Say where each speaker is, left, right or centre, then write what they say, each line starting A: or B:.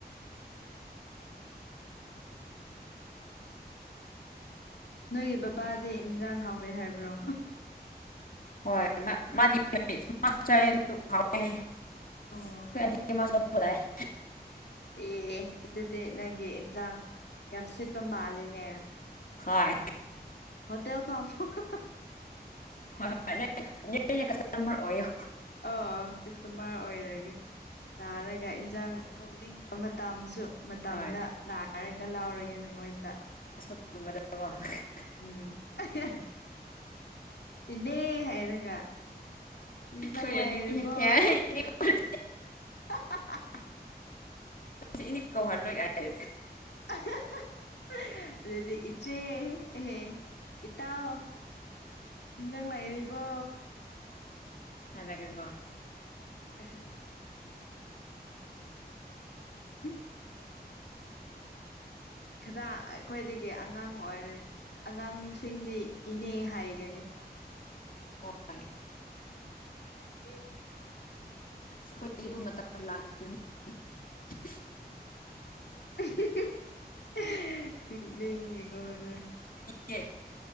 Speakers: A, on the left (about 80°); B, on the left (about 55°).
A: ꯅꯣꯏꯒꯤ ꯕꯕꯥꯗꯤ ꯏꯟꯖꯥꯡ ꯍꯥꯎꯋꯦ ꯍꯥꯏꯕ꯭ꯔꯣ
B: ꯍꯣꯏ ꯃꯥꯗꯤ <unintelligible> ꯍꯥꯎꯇꯦ ꯍꯥꯏꯌꯦ <unintelligible>
A: ꯑꯣ
B: ꯂꯥꯛꯑꯦ
A: ꯑꯦ ꯑꯗꯨꯗꯤ ꯅꯪꯒꯤ ꯏꯟꯖꯥꯡ ꯌꯥꯝ ꯁꯤꯠꯄ ꯃꯥꯜꯂꯤꯅꯦ
B: ꯍꯣꯏ
A: ꯍꯣꯇꯦꯜ ꯐꯝꯃꯣ ꯍꯣ ꯍꯥ ꯍꯥ
B: ꯍꯣꯏꯅꯦ <unintelligible> ꯀꯁꯇꯃꯔ ꯑꯣꯏꯌꯣ
A: ꯑꯥ ꯀꯁꯇꯃꯔ ꯑꯣꯏꯔꯒꯦ ꯂꯥꯛꯔꯒ ꯏꯟꯖꯥꯡ ꯊꯣꯛꯅꯤꯡꯕ ꯃꯇꯝꯁꯨ ꯃꯇꯝꯗ
B: ꯍꯣꯏ
A: ꯂꯥꯛꯔꯒ ꯂꯧꯎꯔꯒꯦ ꯅꯪꯉꯣꯟꯗ
B: <unintelligible>
A: ꯎꯝ <unintelligible> ꯏꯅꯦ ꯍꯥꯏꯔꯒ ꯏꯟꯖꯥꯡ
B: ꯈꯣꯏ ꯑꯅꯤꯅꯦ
A: ꯂꯩꯔꯤꯕꯣ
B: <unintelligible>
A: ꯍꯥ ꯍꯥ ꯍꯥ
B: ꯏꯅꯤ ꯀꯧꯍꯜꯂꯣꯏ ꯀꯥꯏ
A: ꯍꯥ ꯍꯥ <unintelligible> ꯑꯗꯨꯗꯤ ꯏꯆꯦ ꯑꯦꯍꯦ ꯏꯇꯥꯎ ꯏꯟꯖꯪ ꯂꯩꯔꯤꯕꯣ
B: <unintelligible>
A: ꯑꯍꯦ ꯍꯨꯝ ꯈꯔ ꯑꯩꯈꯣꯏꯗꯒꯤ ꯑꯉꯥꯡ ꯑꯣꯏ ꯑꯉꯥꯡꯁꯤꯡꯗꯤ ꯏꯅꯦ ꯍꯥꯏꯒꯅꯤ <inaudible>
B: ꯍꯣꯏ
A: ꯗꯦ
B: ꯑꯁ ꯑꯩꯈꯣꯏꯖꯨ ꯃꯇꯝꯗꯣ ꯂꯥꯛꯈꯤꯅꯤ <unintelligible>
A: ꯑꯍꯤ ꯍꯤ ꯍꯤ ꯅꯣꯑꯅꯤꯡꯉꯤꯀꯣ ꯑꯩꯈꯣꯏ
B: ꯌꯦꯛ